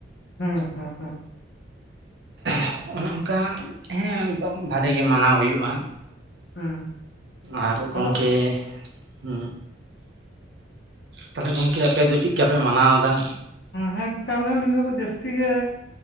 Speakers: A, on the left; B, on the right.
A: ᱦᱮᱸ ᱦᱮᱸ ᱦᱮᱸ᱾
B: <inaudible> ᱚᱱᱠᱟ ᱦᱮᱸ ᱵᱷᱟᱞᱮ ᱜᱮ ᱢᱟᱱᱟᱣ ᱦᱩᱭᱩᱜᱼᱟ ᱾
A: ᱦᱩᱸ
B: ᱟᱨ ᱜᱚᱝᱠᱮ,
A: ᱟᱫᱚ
B: ᱦᱩᱸᱼᱼ ᱛᱟᱦᱚᱞᱮ ᱜᱚᱝᱠᱮ ᱟᱯᱮ ᱫᱚ ᱪᱤᱫᱠᱟ ᱯᱮ ᱢᱟᱱᱟᱣ ᱮᱫᱟ?
A: ᱦᱮᱸ <inaudible> ᱛᱟᱦᱚᱞᱮ ᱱᱤᱭᱟᱹ ᱫᱷᱟᱣ ᱫᱚ ᱡᱟᱹᱥᱛᱤ ᱜᱮ